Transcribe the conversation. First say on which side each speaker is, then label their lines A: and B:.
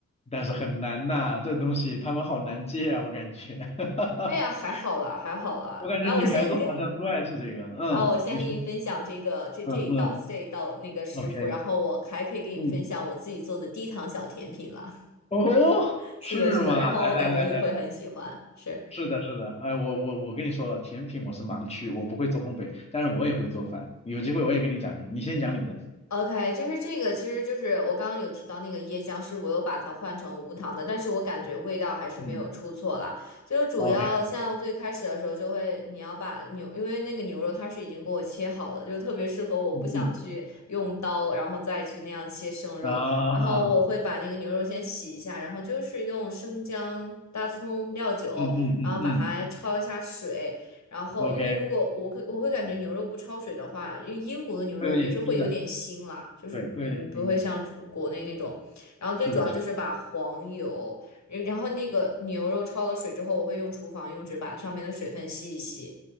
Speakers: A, on the left; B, on the left.
A: 但是很难呐，这东西他们好难戒啊，我感觉。<laughs>
B: 哎呀，还好啦，还好啦，
A: 我感觉女孩子好像都爱吃这个。
B: 来，我先跟
A: 嗯，
B: 啊，我先给你分享这个这这一道这一道那个食谱，
A: 你说，嗯嗯，OK，
B: 然后我还可以给你分享我自己做的低糖小甜品了。
A: 嗯，哦，
B: <laughs> 是的，
A: 是吗？
B: 是的，然后我感觉你会很喜欢。
A: 来来来来来，
B: 是。
A: 是的，是的。哎，我我我跟你说，甜品我是盲区，我不会做烘焙，但是我也会做饭。有机会我也跟你讲讲，你先讲你的。
B: OK，就是这个，其实就是我刚刚有提到那个椰浆，是我有把它换成无糖的，但是我感觉味道还是没有出错啦。
A: 嗯
B: 就是主要像最开始的时候，
A: ，OK，
B: 就会你要把牛，因为那个牛肉它是已经给我切好的，就特别适合我，我不想去用刀，
A: 嗯嗯
B: 然后再去那样切生肉。
A: 啊，
B: 然后我会把那个牛肉先洗一下，然后就是用生姜、大葱、料酒，
A: 嗯嗯嗯嗯
B: 然后把它焯一下水，然后，
A: ，OK，
B: 因为如果我会我会感觉牛肉不焯水的话，因为英国的牛肉也是会有点腥啦，
A: 会有点腥的，
B: 就是嗯不会像国内那种。
A: 对，会有点腥的。
B: 然后最主要就是把黄油，
A: 是的，是的
B: 然后那个牛肉焯了水之后，我会用厨房用纸把上面的水分吸一吸。